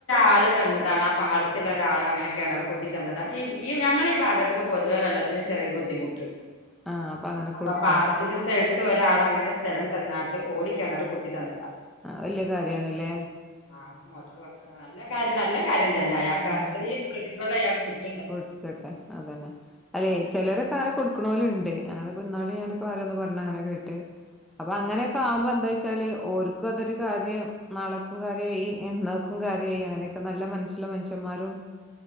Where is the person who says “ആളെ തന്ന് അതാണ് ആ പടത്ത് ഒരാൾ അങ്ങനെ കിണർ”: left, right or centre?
Left